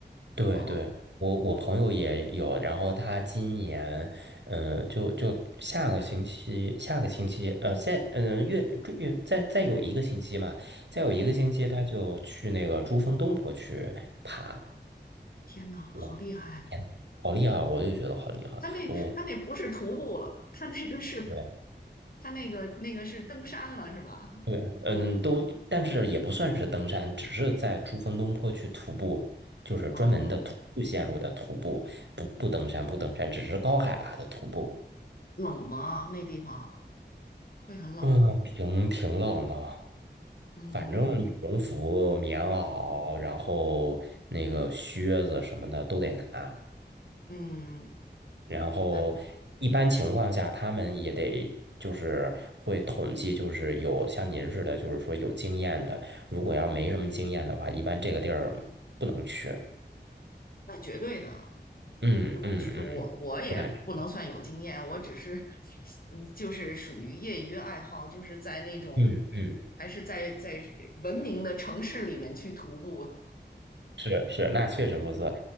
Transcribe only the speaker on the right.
对对，
我我朋友也有，然后他今年，嗯、就就下个星期，下个星期，呃，再嗯、月月再再有一个星期嘛，再有一个星期，
他就去那个珠峰东坡去爬，
哇，
天，好厉害！我就觉得好厉害，
我
对
对，
嗯，都，但是也不算是登山，只是在珠峰东坡去徒步，就是专门的徒步线路的徒步，
不不登山不登山，只是高海拔的徒步。
嗯，挺挺冷的，
反正羽绒服、棉袄，然后那个靴子什么的都得拿。
然后一般情况下，
他们也得就是会统计，就是有像您似的，就是说有经验的。如果要没什么经验的话，一般这个地儿不能去。
嗯嗯嗯，
不敢去。
嗯嗯。
是是，那确实不错。